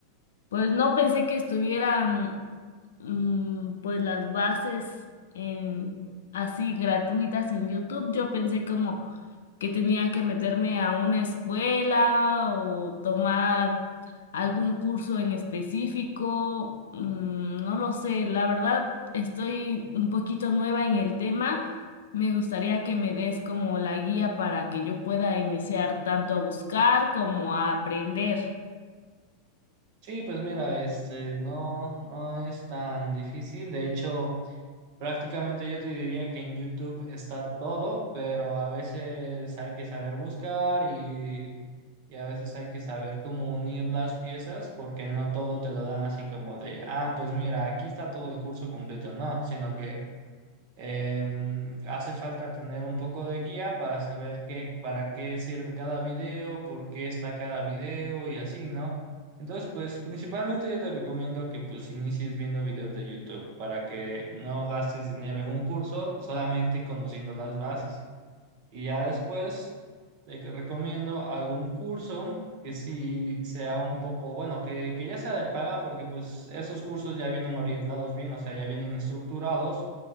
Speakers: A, on the left; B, on the right.
A: pues no pensé que estuvieran mm, pues las bases en, así gratuitas en YouTube, yo pensé como que tenía que meterme a una escuela o tomar algún curso en específico, mm, no lo sé, la verdad estoy un poquito nueva en el tema. Me gustaría que me des como la guía para que yo pueda iniciar tanto a buscar como a aprender.
B: Sí, pues mira, este no, no es tan difícil. De hecho, prácticamente yo te diría que en YouTube está todo, pero a veces hay que saber buscar y, y a veces hay que saber cómo unir las piezas porque no todo te lo dan así como de, ah, pues mira, aquí está todo el curso completo, no, sino que Em, hace falta tener un poco de guía para saber qué, para qué sirve cada video, por qué está cada video y así, ¿no? Entonces, pues principalmente yo te recomiendo que pues inicies viendo videos de YouTube para que no gastes dinero en un curso, solamente conociendo las bases. Y ya después te c- recomiendo algún curso que sí sea un poco, bueno, que, que ya sea de paga, porque pues esos cursos ya vienen orientados bien, o sea, ya vienen estructurados